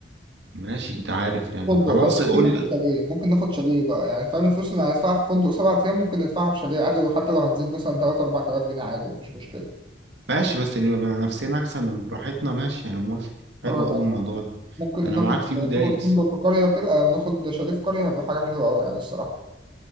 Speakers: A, on the right (about 65°); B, on the right (about 25°).
A: ماشي انت عارف يعني
B: فندق
A: خلاص
B: بقى
A: قول
B: ممكن ناخد شاليه ممكن ناخد شاليه بقى يعني فاهم الفلوس اللي هندفعها في فندق سبع أيام ممكن ندفعها في شاليه عادي وحتى لو هتزيد مثلا تلات أربع تلاف جنيه عادي مفيش مشكلة
A: ماشي بس نبقى مع نفسنا احسن وبراحتنا ماشي انا موافق حلو
B: اه
A: اول الموضوع ده
B: ممكن
A: انا
B: ناخد
A: معاك فيه ودايس
B: ناخد فندق في قرية كده أو ناخد شاليه في قرية هيبقى حاجة حلوة أوي يعني الصراحة